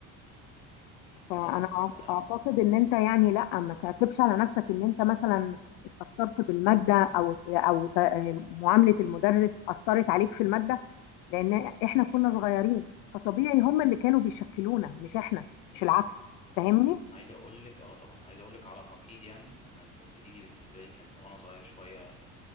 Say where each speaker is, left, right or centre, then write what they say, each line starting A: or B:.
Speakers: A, on the left (about 85°); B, on the left (about 20°).
A: فانا
B: بس
A: أع-
B: ف
A: اعتقد ان انت يعني لا ما تعتبش على نفسك ان انت مثلا اتاثرت بالماده او او ت- آه، معامله المدرس اثرت عليك في الماده لان احنا كنا صغيرين فطبيعي هم اللي كانوا بيشكلونا مش احنا مش العكس فاهمني
B: عايز اقول لك اه طبعا عايز اقول لك على النقيض يعني انا الانجليزي بالنسبه لي كان وانا صغير شويه